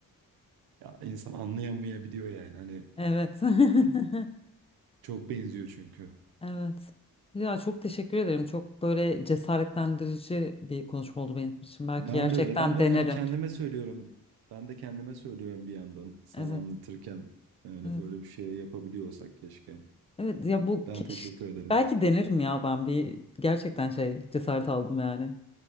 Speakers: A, on the right; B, on the left.
A: Ya insan anlayamayabiliyor yani. Hani
B: Evet. <laughs>
A: <clears throat> çok benziyor çünkü.
B: Evet. Ya çok teşekkür ederim. Çok böyle cesaretlendirici bir konuşma oldu benim için. Belki
A: Ben
B: Rica ederim. gerçekten
A: de öyle. Ben
B: Ben
A: de
B: denerim.
A: yani kendime söylüyorum. Ben de kendime söylüyorum bir yandan sana
B: Evet.
A: anlatırken. Yani
B: Evet.
A: böyle bir şey yapabiliyorsak keşke.
B: Evet ya bu
A: Ben
B: keş
A: teşekkür ederim.
B: belki denerim ya ben bir gerçekten şey cesaret aldım yani